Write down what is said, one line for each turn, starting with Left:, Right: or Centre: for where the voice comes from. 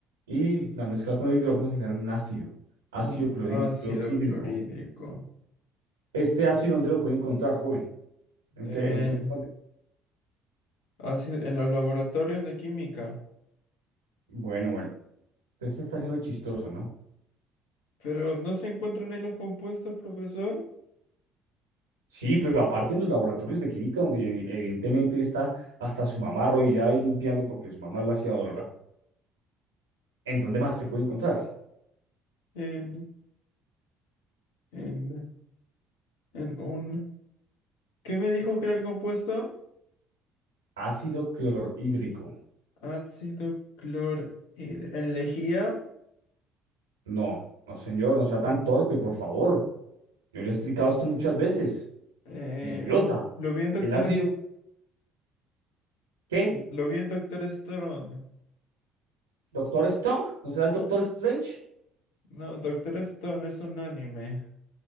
Right: y la mezcla con el hidrógeno genera un ácido, ácido
Left: Un
Right: clorhí-
Left: ácido
Right: clorhídrico.
Left: clorhídrico.
Right: Este ácido, ¿dónde lo puede encontrar, joven? ¿En
Left: En,
Right: qué, en qué? dónde?
Left: ácido- en los laboratorios de química.
Right: Bueno, bueno, usted se está haciendo el chistoso, ¿no?
Left: Pero no se encuentran ahí los compuestos, profesor.
Right: Sí, pero aparte en los laboratorios de química, donde evidentemente está hasta su mamá arrodillada y limpiando porque su mamá es la aseadora, ¿en dónde más se puede encontrar?
Left: En, en, en un... ¿Qué me dijo que era el compuesto?
Right: Ácido clorhídrico.
Left: Ácido clorhidro... En lejía.
Right: No, no, señor, no sea tan torpe, por favor. Yo le he explicado esto muchas veces.
Left: eh,
Right: Idiota.
Left: lo vi en Doctor...
Right: Él ha sido,
Left: Es-
Right: ¿qué?
Left: Lo vi en Doctor Stone.
Right: ¿Doctor Strong? ¿No será el Doctor Strange?
Left: No, Doctor Stone es un anime.